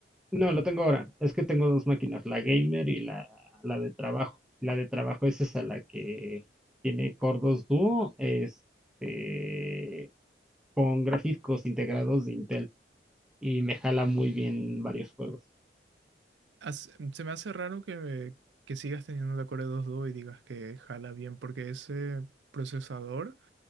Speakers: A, in the centre; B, on the right (about 80°).
A: No, lo tengo ahora. Es que tengo dos máquinas, la gamer y la, la de trabajo. La de trabajo es esa, la que tiene Core 2 Duo, este, con gráficos integrados de Intel y me jala muy bien varios juegos.
B: As- se me hace raro que, que sigas teniendo la Core 2.2 y digas que jala bien, porque ese procesador